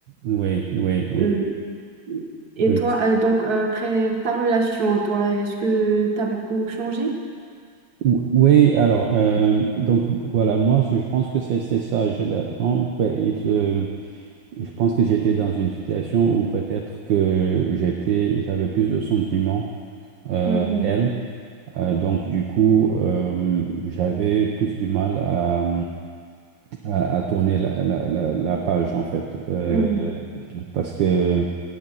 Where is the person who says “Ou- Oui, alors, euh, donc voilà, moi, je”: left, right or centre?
Right